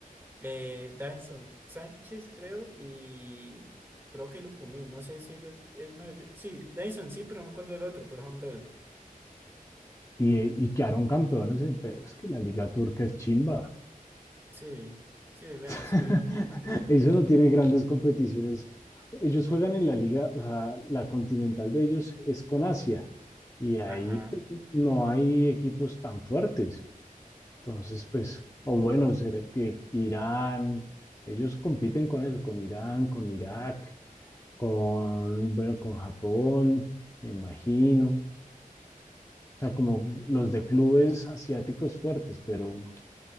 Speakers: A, on the right (about 15°); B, on the left (about 20°).
A: Eh, Davinson Sánchez, creo, y creo que Lucumí, no sé si ellos, eh, uno de ellos- sí, Davinson sí, pero no me acuerdo del otro, pero son dos.
B: Y, eh, y quedaron campeones, eh, pero es que la Liga Turca es chimba.
A: Sí, sí, bueno,
B: <laughs>
A: sí.
B: Eso no tiene grandes competiciones. Ellos juegan en la liga, o sea, la continental de ellos es con Asia y ahí
A: Ajá.
B: pues, no hay equipos tan fuertes. Entonces, pues, o bueno, será que Irán, ellos compiten con eso, con Irán, con Irak, con, bueno, con Japón, me imagino. O sea, como los de clubes asiáticos fuertes, pero